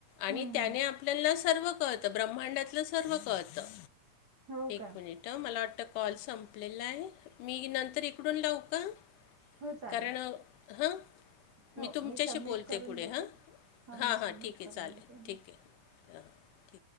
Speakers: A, on the left; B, on the right.
A: आणि
B: हम्म
A: त्याने
B: हम्म
A: आप आपल्याला सर्व कळतं ब्रह्मांडातलं सर्व कळतं
B: हो
A: एक
B: का
A: मिनिट मला वाटतं कॉल संपलेला आहे मी नंतर इकडून लाऊ का
B: हो चालेल
A: कारण हं
B: हो
A: मी तुमच्याशी
B: सबमिट
A: बोलते
B: करून
A: पुढे
B: देते.
A: हा
B: मी
A: हा
B: सबमिट
A: हां ठीक आहे
B: करून
A: चालेल
B: देते
A: ठीक आहे हां ठीक